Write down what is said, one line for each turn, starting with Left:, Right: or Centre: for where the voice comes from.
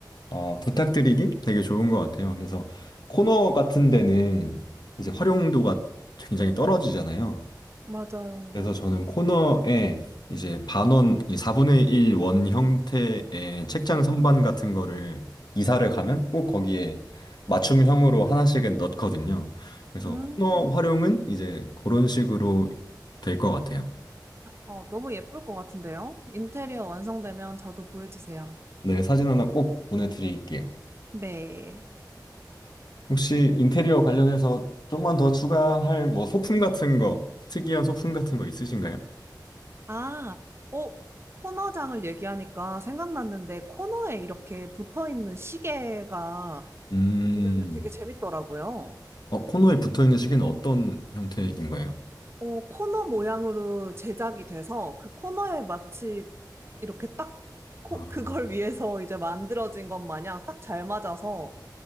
Left: 어, 부탁드리기 되게 좋은 것 같아요. 그래서 코너 같은 데는 이제 활용도가 굉장히 떨어지잖아요.
Right: 맞아요.
Left: 그래서 저는 코너에 이제 반원, 이제 4분의 1 원 형태의 책장 선반 같은 거를 이사를 가면 꼭 거기에 맞춤형으로 하나씩은 넣거든요. 그래서
Right: 음.
Left: 코너 활용은 이제 그런 식으로 될 것 같아요.
Right: 어, 너무 예쁠 것 같은데요? 인테리어 완성되면 저도 보여주세요.
Left: 네, 사진 하나 꼭 보내드릴게요.
Right: 네.
Left: 혹시 인테리어 관련해서 좀만 더 추가할 뭐 소품 같은 거, 특이한 소품 같은 거 있으신가요?
Right: 아, 어, 코너장을 얘기하니까 생각났는데 코너에 이렇게 붙어 있는 시계가
Left: 음,
Right: 있는데 되게 재밌더라고요.
Left: 어, 코너에 붙어 있는 시계는 어떤 형태인 거예요?
Right: 어, 코너 모양으로 제작이 돼서 그 코너에 마치 이렇게 딱 코,
Left: 아,
Right: 그걸 <laughs> 위해서 이제 만들어진 것 마냥 딱 잘 맞아서